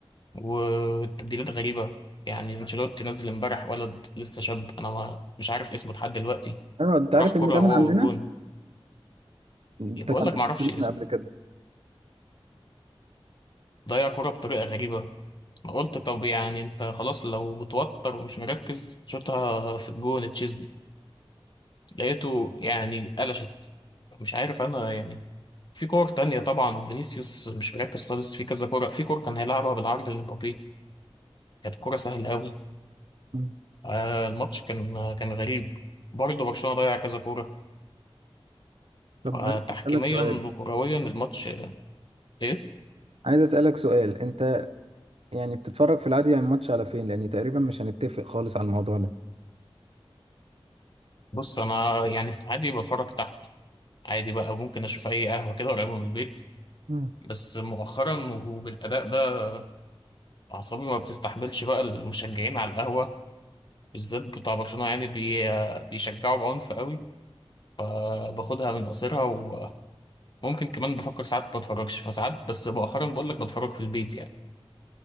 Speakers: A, on the left (about 50°); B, on the right (about 80°).
A: والتبديلات غريبة يعني انشيلوتي نزل امبارح ولد لسه شاب انا ما مش عارف اسمه لحد دلوقتي
B: ايوه انت عارف
A: راح كرة
B: ان ده
A: هو
B: من عندنا
A: والجون
B: ده
A: بقول
B: كان
A: لك
B: في برشلونة
A: ما اعرفش اسمه
B: قبل كده
A: ضيع كرة بطريقة غريبة ما قلت طب يعني انت خلاص لو متوتر ومش مركز شوطها في الجون تشيزني لقيته يعني قلشت مش عارف انا يعني في كور تانية طبعا وفينيسيوس مش مركز خالص في كذا كورة في كور كان هيلعبها بالعرض لمبابي كانت كورة سهلة قوي
B: مم.
A: آه الماتش كان كان غريب برضه برشلونة ضيع كذا كورة فتحكيميا
B: طب عايز اسالك سؤال
A: وكرويا الماتش آه، ايه
B: عايز اسالك سؤال انت يعني بتتفرج في العادي يعني الماتش على فين لاني تقريبا مش هنتفق خالص على الموضوع ده
A: بص انا يعني في العادي بتفرج تحت عادي بقى ممكن اشوف اي قهوة كده قريبة من البيت
B: مم.
A: بس مؤخرا وبالاداء ده أعصابي ما بتستحملش بقى المشجعين على القهوة بالذات بتاع برشلونة يعني بي... بيشجعوا بعنف قوي فباخدها من قصيرها وممكن كمان بفكر ساعات ما اتفرجش فساعات بس مؤخرا بقول لك بتفرج في البيت يعني